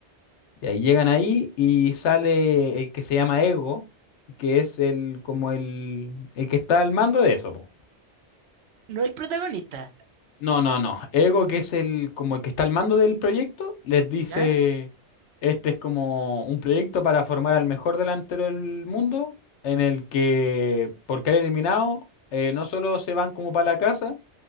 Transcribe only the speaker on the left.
Y ahí llegan ahí y sale el que se llama Ego, que es el como el, el que está al mando de eso, pues.
No, no, no. Ego, que es el como el que está al mando del proyecto, les dice,
este es como un proyecto para formar al mejor delantero del mundo, en el que por caer eliminado eh, no solo se van como para la casa,